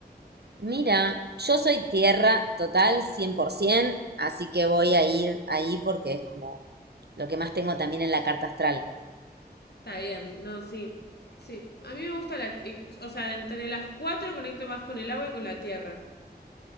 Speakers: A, on the right (about 70°); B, on the left (about 70°).
A: Mira, yo soy tierra total 100%, así que voy a ir ahí porque es como lo que más tengo también en la carta astral.
B: Está bien, no, sí. Sí, a mí me gusta la... eh, O sea, entre las cuatro conecto más con el agua y con la tierra.